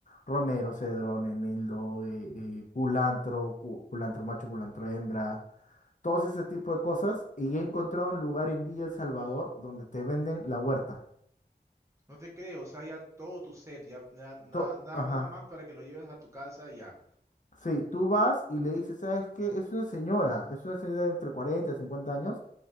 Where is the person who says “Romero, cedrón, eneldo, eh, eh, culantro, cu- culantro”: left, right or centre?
Left